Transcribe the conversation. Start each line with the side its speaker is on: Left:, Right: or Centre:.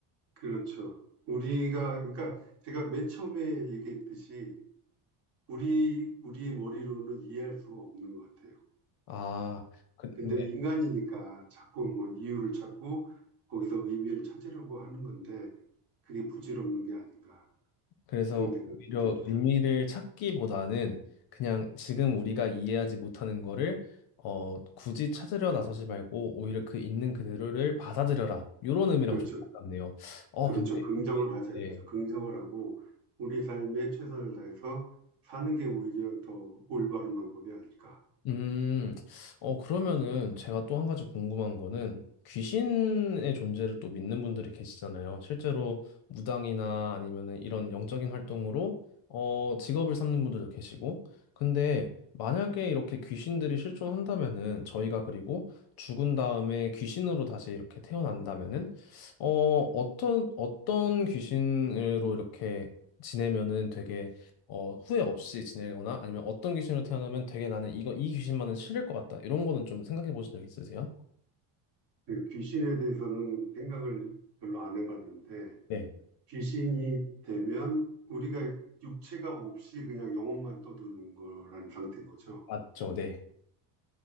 Right: 그렇죠. 우리가, 그러니까 제가 맨 처음에 얘기했듯이 우리, 우리의 머리로는 이해할 수가 없는 것 같아요.
Left: 아, 근데
Right: 근데 인간이니까 자꾸 뭐 이유를 찾고 거기서 의미를 찾으려고 하는 건데 그게 부질없는 게 아닌가.
Left: 그래서
Right: 그런 생각이
Left: 오히려
Right: 듭니다.
Left: 의미를 찾기보다는 그냥 지금 우리가 이해하지 못하는 거를 어, 굳이 찾으려 나서지 말고 오히려 그 있는 그대로를 받아들여라. 이런 의미랑
Right: 그렇죠.
Left: 좀 가깝네요. 어,
Right: 그렇죠.
Left: 근데
Right: 긍정을
Left: 이게
Right: 하자 이거죠.
Left: 네.
Right: 긍정을 하고 우리 삶에 최선을 다해서 사는 게 오히려 더 올바른 방법이 아닐까.
Left: 음, 어, 그러면은 제가 또 한 가지 궁금한 거는 귀신의 존재를 또 믿는 분들이 계시잖아요. 실제로 무당이나 아니면은 이런 영적인 활동으로 어, 직업을 삼는 분들도 계시고. 근데 만약에 이렇게 귀신들이 실존한다면은 저희가 그리고 죽은 다음에 귀신으로 다시 이렇게 태어난다면은 어, 어떤 어떤 귀신으로 이렇게 지내면은 되게 어, 후회 없이 지내거나 아니면 어떤 귀신으로 태어나면 되게 나는 이거 이 귀신만은 싫을 것 같다. 이런 거는 좀 생각해 보신 적 있으세요?
Right: 그 귀신에 대해서는 생각을 별로 안 해봤는데
Left: 네,
Right: 귀신이 되면 우리가 육체가 없이 그냥 영혼만 떠드는 거라는 상태인 거죠.
Left: 맞죠. 네.